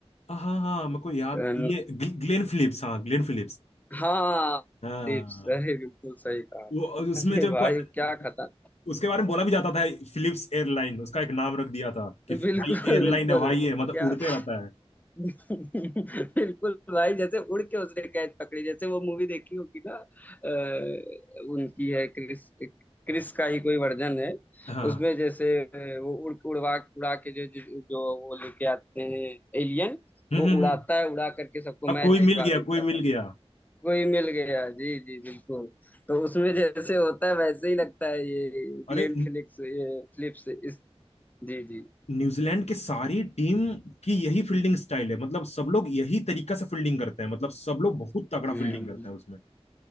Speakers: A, on the left (about 80°); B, on the left (about 15°).
A: हाँ हाँ हाँ, मेरे को याद
B: रन
A: ये ग्ल- ग्लेन फिलिप्स हाँ ग्लेन फिलिप्स
B: हाँ
A: हाँ
B: स्लीप्स अरे बिल्कुल सही कहा
A: वो और उसमें
B: अरे
A: जब
B: भाई
A: ब-
B: क्या खता
A: उसके बारे में बोला भी जाता था फिलिप्स एयरलाइन उसका एक नाम रख दिया था कि भाई
B: बिल्कुल
A: एयरलाइन
B: बिल्कुल
A: है भाई है मतलब
B: क्या
A: उड़ते रहता है
B: <laughs> बिल्कुल भाई जैसे उड़ के उसने कैच पकड़ी जैसे वो मूवी देखी होगी ना अ, उनकी है क्रिस क्रिस का ही कोई वर्जन है
A: हाँ
B: उसमें जैसे अ, वो उड़ के उड़वा उड़ा के जो जो जो वो लेके आते हैं एलियन
A: हम्म
B: वो
A: हम्म
B: उड़ाता
A: हम्म।
B: है उड़ा करके सबको
A: अब
B: मैच
A: कोई
B: जितवा
A: मिल गया
B: देता
A: कोई
B: है
A: मिल गया
B: कोई मिल गया जी जी बिल्कुल तो उसमें जैसे होता है वैसे ही लगता है ये
A: अरे
B: ग्लेन फिलिप्स ये फिलिप्स इस जी जी
A: न्यूजीलैंड की सारी टीम की यही फील्डिंग स्टाइल है मतलब सब लोग यही तरीका से फील्डिंग करते हैं मतलब सब लोग बहुत तगड़ा
B: हम्म
A: फील्डिंग करते हैं उसमें